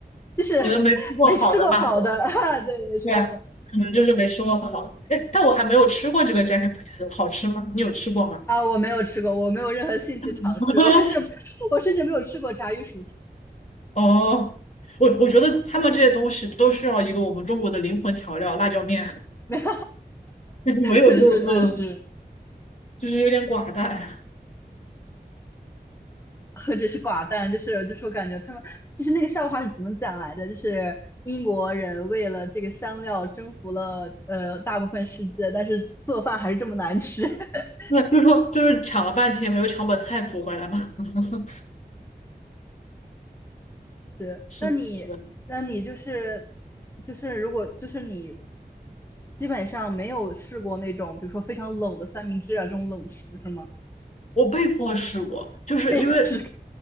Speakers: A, on the left (about 15°); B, on the left (about 45°).
A: 就是
B: 可能没吃过好的吧。
A: <laughs> 没吃过好的 <laughs> 啊，对，没吃过好。
B: 对啊，可能就是没吃过好的。
A: 嗯
B: 哎，但我还没有吃过这个 jacket p o t 好吃吗？你有吃过吗？
A: 啊，我没有吃过，我没有任何兴趣尝试，
B: <laughs>
A: 我甚至我甚至没有吃过炸鱼薯条，
B: 哦，我我觉得他们这些东西都需要一个我们中国的灵魂调料——辣椒面。
A: <laughs> 没有，
B: <laughs> 你没有就嗯。
A: 确实确实，
B: 就是有点寡淡。
A: 何止是寡淡，就是就是我感觉他们就是那个笑话是怎么讲来的？就是英国人为了这个香料征服了呃大部分世界，但是做饭还是这么难吃。<laughs>
B: <laughs> 对，就是说，就是抢了半天没有抢本菜谱回来嘛。<laughs>
A: 对，
B: 是的，
A: 那你那你就是
B: 是的，
A: 就是如果就是你基本上没有试过那种比如说非常冷的三明治啊这种冷食是吗？
B: 我被迫试过，就是因为
A: 被迫吃，